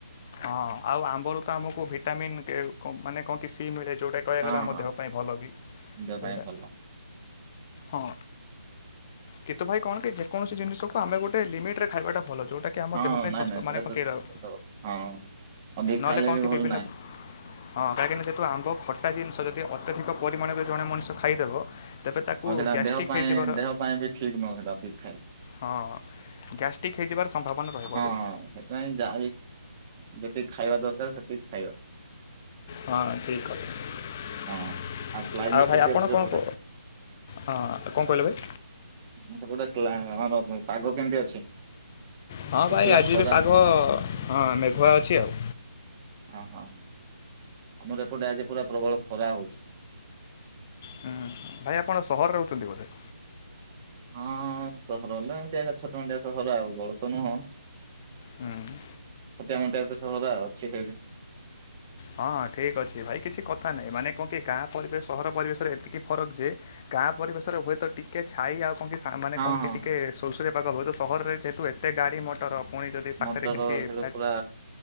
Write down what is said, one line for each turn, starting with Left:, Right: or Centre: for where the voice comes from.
Left: ହଁ ଆଉ ଆମ୍ବରୁ ତ ଆମକୁ ଭିଟାମିନ୍ ମାନେ କଣ କି ସି ମିଳେ ଯେଉଟାକ କହିବାକୁ
Right: ହଁ
Left: ଗଲେ ଆମ
Right: ହଁ
Left: ଦେହ ପାଇଁ ଭଲ ବି
Right: ଦେହ
Left: ହେଇଟା
Right: ପାଇଁ ଭଲ
Left: ହଁ କିନ୍ତୁ ଭାଇ କଣ କି ଯେକୌସି ଜିନିଷକୁ ଆମେ ଗୋଟେ ଲମିଟରେ ଖାଇବାଟା ଭଲ ଯଉଟା କି ଆମ
Right: ହଁ
Left: ଦେହ ପାଇଁ
Right: ନାଇଁ
Left: ସୁସ୍ଥ
Right: ନାଇଁ ସେଇଟା
Left: ମାନେ କଣ
Right: ତ
Left: କେହି
Right: ସତ
Left: ରିବ
Right: କଥା ହଁ ଅଧିକ
Left: ନହେଲେ
Right: ଖାଇଲେ
Left: କଣକି
Right: ବି ଭଲ
Left: ବିଭିନ୍ନ
Right: ନାହିଁ।
Left: ହଁ କାହିଁକିନା ଯେହେତୁ ଆମ୍ବ ଖଟା ଜିନିଷ ଯଦି ଅତ୍ୟଧିକ ପରିମାଣରେ ଜଣେ ମଣିଷ ଖାଇଦେବ ତେବେ ତାକୁ
Right: ଆଉ ସେଇଟା
Left: ଗ୍ୟାଷ୍ଟ୍ରିକ୍
Right: ଦେହ ପାଇଁ
Left: ହେଇଯିବାର
Right: ଦେହ ପାଇଁ ବି ଠିକ୍ ନୁହଁ ସେଇଟା ଭି ଖାଇ
Left: ହଁ ଗ୍ୟାଷ୍ଟିକ୍ ହେଇଯିବାର ସମ୍ଭାବନା ରହିବ
Right: ହଁ
Left: ଯେ
Right: ହଁ ସେଥିପାଇଁ ଯାହା ଯେତିକି ଖାଇବା ଦରକାର ସେତିକି ଖାଇବା।
Left: ହଁ ଠିକ୍ କଥା
Right: ହଁ। କ୍ଲାଇମେଟ
Left: ଆଉ
Right: କେମିତି
Left: ଭାଇ ଆପଣ
Right: ଅଛି ସେପଟେ?
Left: କଣ କ ହଁ କଣ କହିଲ ଭାଇ?
Right: ସେପଟେ କ୍ଲା ପାଗ କେମିତି ଅଛି?
Left: ହଁ
Right: ଶୁଖିଲା
Left: ଭାଇ ଆଜି
Right: ଖରା
Left: ବି ପାଗ ହଁ ମେଘୁଆ ଅଛି ଆଉ।
Right: ହଁ ହଁ ହଁ ଆମର ଏପଟେ ଆଜି ପୁରା ପ୍ରବଳ ଖରା ହଉଛି।
Left: ହୁଁ ହୁଁ ଭାଇ ଆପଣ ସହରରେ ରହୁଛନ୍ତି ବୋଧେ?
Right: ହଁ ସହର ହେଲା ଏମତି ଆକ୍ ଛୋଟ ମଟିଆ ସହର ଆଉ ବଡ୍ ତ ନୁହଁ।
Left: ହୁଁ
Right: ଛୋଟିଆ ମୋଟିଆ ତ ସହର ଅଛି ସେଇଠି।
Left: ହଁ ହଁ ଠିକ୍ ଅଛି ଭାଇ କିଛି କଥା ନାହିଁ ମାନେ କଁ କି ଗାଁ ପରିବେଶ ସହର ପରିବେଶରେ ଏତିକି ଫରକ ଯେ ଗାଁ ପରିବେଶରେ ହୁଏତ ଟିକେ ଛାଇ ଆଉ କଙ୍କି ମାନେ
Right: ହଁ
Left: କଣ
Right: ହଁ
Left: କି ଟିକେ ସୁଲ୍ସୁଲିଆ ପାଗ ହବ ସହରରେ ଯେହେତୁ ଏତେ ଗାଡି ମଟର ପୁଣି ଯଦି ପାଖରେ
Right: ମଟର
Left: କିଛି ଫ୍ୟାଟ୍
Right: ସେଇଠି ପୁରା